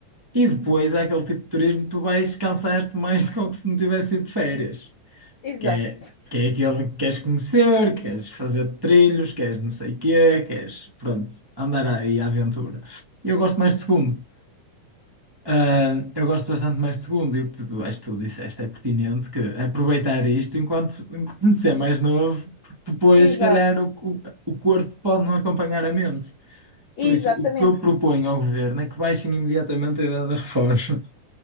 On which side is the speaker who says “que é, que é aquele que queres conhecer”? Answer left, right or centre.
Right